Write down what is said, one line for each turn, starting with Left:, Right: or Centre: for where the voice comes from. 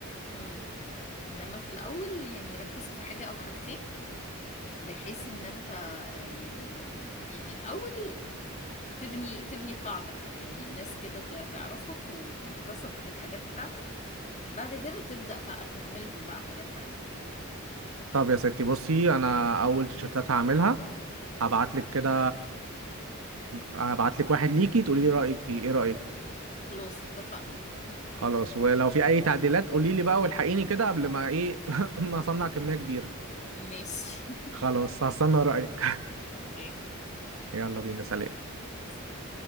Left: امم انما في الاول يعني ركز في حاجة او حاجتين بحيث ان انت آه، يعني يعني الاول تبني تبني قاعدة كده يعني الناس كده ت- تعرفك و- وتثق في الحاجات بتاعتك بعد كده تبدأ بقى ترمي لهم بقى حاجات تانية
Right: طب يا ستي بصي انا اول تيشرتات هعملها هبعت لك كده هبعت لك واحد ليكي تقولي لي رايك فيه ايه رايك
Left: خلاص اتفقنا <laughs>
Right: خلاص ولو في اي تعديلات قولي لي بقى والحقيني كده قبل ما ايه <laughs> ما اصنع كميه كبيره
Left: ماشي
Right: خلاص هستنى رايك
Left: <laughs> اوكي
Right: <laughs> يلا بينا سلام
Left: سلام